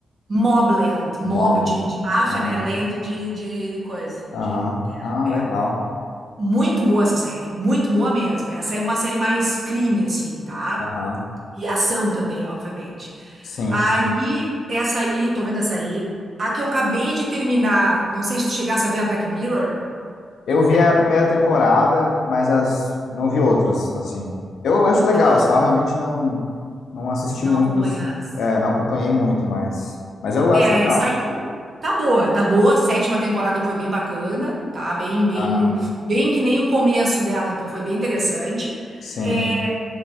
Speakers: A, on the right; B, on the left.
A: Mobland, mob
B: Mob.
A: de, de máfia,
B: Aham,
A: né? Land de, de coisa,
B: aham.
A: de
B: Ah,
A: é.
B: legal.
A: Muito boa essa série, muito boa mesmo. Essa é uma série mais crime, assim, tá?
B: Aham,
A: E a ação também, obviamente.
B: sim.
A: Aí, essa aí, tô vendo essa aí. A que eu acabei de terminar, não sei se tu chegasse a ver a Black Mirror.
B: Eu vi a primeira temporada, mas as não vi outras, assim. Eu acho legal,
A: Ah,
B: eu só realmente não não assisti
A: não
B: muitos,
A: acompanhasse.
B: é, não acompanhei muito, mas mas eu acho
A: É,
B: legal.
A: essa aí tá boa, tá boa. A sétima temporada foi bem bacana, tá? Bem, bem,
B: Aham.
A: bem que nem o começo dela, então foi bem interessante.
B: Sim.
A: É,